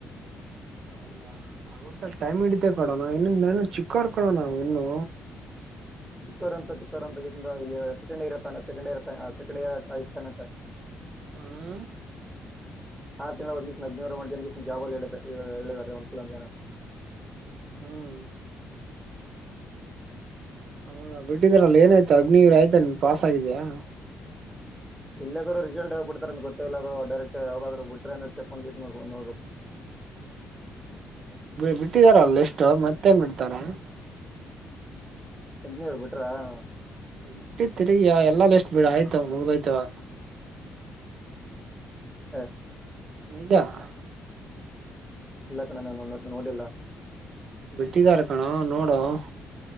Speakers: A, on the right; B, in the centre.
A: ಹೌದಾ ಆಗುತ್ತ ಟೈಮ್ ಹಿಡಿತೆ ಕಣೋ ನಾವ ಇನ್ನು ನಾವ ಇನ್ನು ಚಿಕ್ಕವರ್ ಕಣೋ ನಾವು ಇನ್ನೂ.
B: ಚಿಕ್ಕೋರು, ಅಂತ ಚಿಕ್ಕೋರು ಅಂತ! ಅಪ್ಲಿಕೇಶನ್, ಸೆಕಂಡ್ ಇಯರ್ತ್ತ ಸೆಕಂಡ್ ಇರ್ ಸೆಕಂಡ್ ಇಯರ್, ಇಧುತನ್ಯಕ್ಕ. <unintelligible>
A: ಹ್ಮ
B: ಆರು, ತಿಂಗಳ ಬ ಕೀಷ್ಣ ನಗ್ನೇವ್ ಮಾಡ್ತ ಕಷ್ಣ ಜಾಲ್ಲಿ ಹೇಳ ಹೇಳಿದ್ದಾರೆ ಒಂದ್ ಕಲೊ ಜನ. <unintelligible>
A: ಹ್ಮ್. <inaudible> ಹೌದಾ, ಬಿಟ್ಟಿದ್ರಲ್ಲ ಏನಾಯ್ತು ಅಗ್ನಿ, ಏನಾಯ್ತು, ಪಾಸ್ ಆಗಿದ್ಯಾ. <unintelligible>
B: ಇಲ್ಲಬ್ರೋ, ರಿಸಲ್ಟ್ ಆಗಬಡ್ತಾರ! ಅಂತ ಗೊತ್ತಲ, ಅದು ಡೈರೆಕ್ಟ್ ಯಾವಾಗಾದ್ರು! ಬಿಟ್ರ ಅಂತ, ಚೆಕ್ ಅಪ್ಲಿಕೇಶನ್, ನೋಡುಬೇಕು. <unintelligible>
A: <unintelligible> <inaudible> ಬಿಟ್ಟು ಇದಾರ, ಮತ್ತೆ, ಎಷ್ಟು ಮತ್ತೇನ್, ಮಾಡುತ್ತಾರಾ. <unintelligible>
B: ಅಗ್ನಿಯಾವಾರು, ಬಿಟ್ರಾ. <unintelligible>
A: ಬಿಟ್ಟು ಇರ್ತೀರಿ, ಎಲ್ಲಾ ಲಿಸ್ಟ್, ಆಯ್ತು, ಮುಗಿದು, ಓಗುತ್ತಾವ. <unintelligible>
B: ಹ.
A: ನಿಜ. <unintelligible>
B: ಇಲ್ಲ, ಕಣ ನಾನು, ಅಧನಾ, ನೋಡಿಲ್ಲ. <inaudible>
A: ಬಿಟ್ಟಿದಾರೆ, ಕಣೋ ನೋಡೋ. <inaudible>